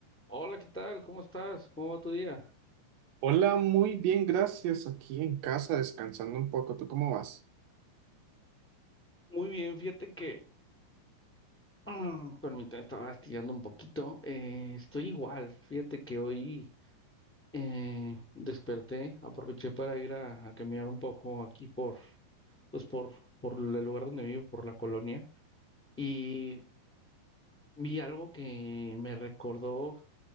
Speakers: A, in the centre; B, on the right (about 75°).
A: Hola, ¿qué tal? ¿Cómo estás? ¿Cómo va tu día?
B: Hola, muy bien, gracias. Aquí en casa descansando un poco. ¿Tú cómo vas?
A: Muy bien, fíjate que, <clears throat> mm, permítame, estaba estirando un poquito. eh, estoy igual, fíjate que hoy eh, desperté, aproveché para ir a, a caminar un poco aquí por, pues por, por el lugar donde vivo, por la colonia, y vi algo que me recordó